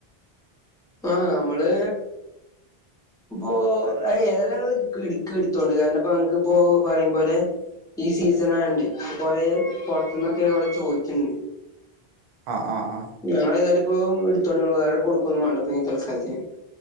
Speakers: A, in the centre; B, on the right.
A: ആഹ നമ്മള് ഓ ഏതെല്ലാം എടുക്ക എടുത്തോണ്ട് കാരണം ഇപ്പ അങ്ങ ക്ക് ഇ പോ പറയ പോലെ ഈ സീസൺ ആയോ ണ്ട് കൊറെ പുറത്തുന്നൊക്കെ കുറെ ചോദിച്ചുണ്ട്
B: ആഹ ആഹ ആഹ്
A: ഞാനേതായാലിപ്പോ എടുത്തോണ്ട്ങ്ങള് വേറെ കൊടുക്കൊന്നും വേണ്ടപ്പ ഈ തൽക്കാലത്തിക്ക്